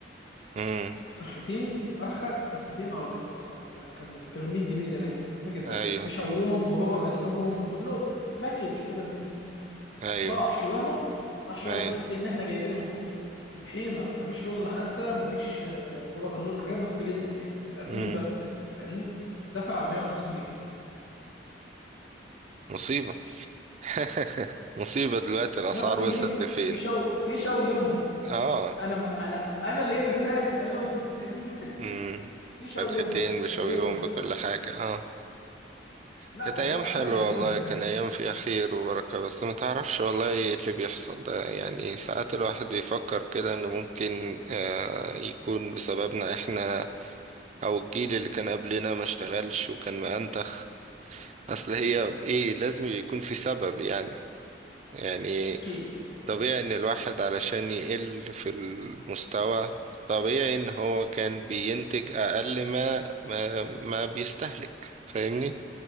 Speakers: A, on the right (about 40°); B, on the left (about 80°).
A: أمم
B: الفرختين الفرخه الفرختين اه كان بخ... كان كانوا 100 جنيه زمان انا فاكر ده
A: أيوه
B: بشويهم ببابا غنوجهم بكله ب- باكج كده ب 100 جنيه
A: أيوه
B: راح شواهم راح شوى
A: أيوه
B: الفرختين اللي احنا جايبينهم بطحينه مفيش رز حتى مفيش آه، بابا غنوج حاجات بس جدا يعني متقفلين
A: أمم
B: بس كده فاهمني دفع 150 جنيه
A: مصيبة <laughs> مصيبة دلوقتي الأسعار
B: 150
A: وصلت
B: جنيه
A: لفين
B: في شو في شويهم
A: اه
B: انا ما انا انا اللي جايب الفراخ <laughs> الو انت فاهمني
A: امم
B: <laughs> في شويهم
A: فرختين بشويهم
B: شويهم بس
A: بكل حاجة اه
B: لا
A: كانت
B: وما
A: أيام
B: جابش
A: حلوة
B: حاجه جنبيهم
A: والله
B: كمان
A: كان أيام فيها خير وبركة بس ما تعرفش والله إيه اللي بيحصل ده يعني ساعات الواحد بيفكر كده إنه ممكن آه يكون بسببنا إحنا أو الجيل اللي كان قبلنا ما اشتغلش وكان مأنتخ أصل هي إيه لازم يكون في سبب يعني يعني
B: اكيد
A: طبيعي ان الواحد علشان يقل في المستوى طبيعي ان هو كان بينتج اقل ما ما, ما بيستهلك فاهمني